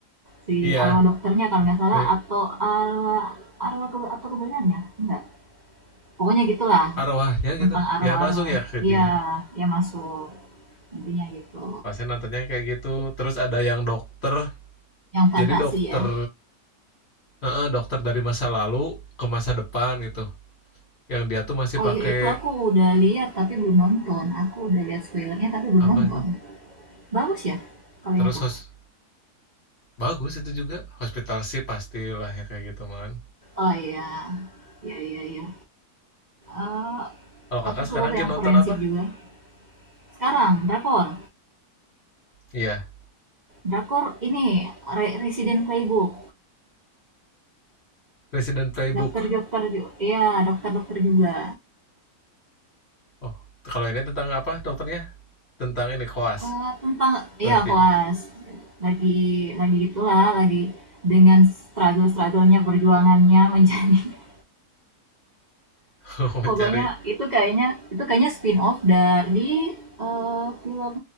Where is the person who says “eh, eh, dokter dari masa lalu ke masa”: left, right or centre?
Left